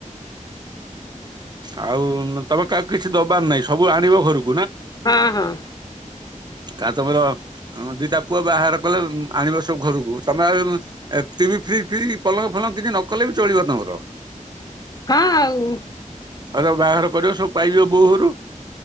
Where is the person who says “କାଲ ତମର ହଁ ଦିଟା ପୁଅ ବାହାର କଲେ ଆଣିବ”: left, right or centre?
Right